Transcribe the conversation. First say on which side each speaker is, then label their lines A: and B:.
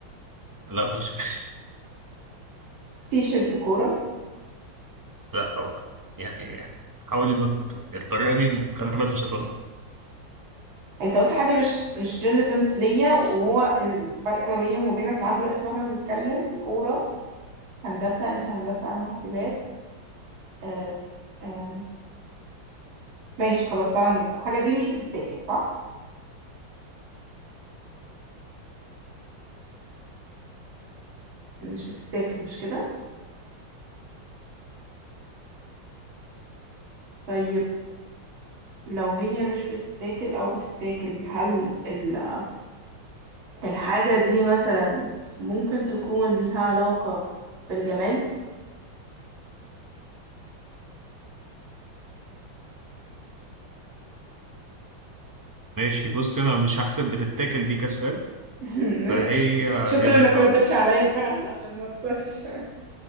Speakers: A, on the right (about 25°); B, on the right (about 80°).
A: لا مش <laughs>
B: تي شيرت كوره
A: لا طبعا يعني حاولي ما ت- الطريقة دي غالبا مش هتوصل
B: انت قلت حاجه مش مش ريليفنت ليا وهو الفرق ما بيني وما بينك لحد دلوقتي ما احنا بنتكلم كوره هندسه انت هندسه انا حاسبات آه آه ماشي خلاص تعالى نبدأ الحاجة دي مش بتتاكل صح؟ مش بتتاكل مش كده؟ طيب لو هي مش بتتاكل أو بتتاكل هل ال- الحاجة دي مثلا ممكن تكون ليها علاقة بالجماد؟
A: ماشي بص انا مش هحسب بتتاكل دي كسؤال
B: <laughs> ماشي
A: فهي
B: شكرا
A: جماد
B: انك
A: اه
B: ما ردتش عليا فعلا عشان ما اخسرش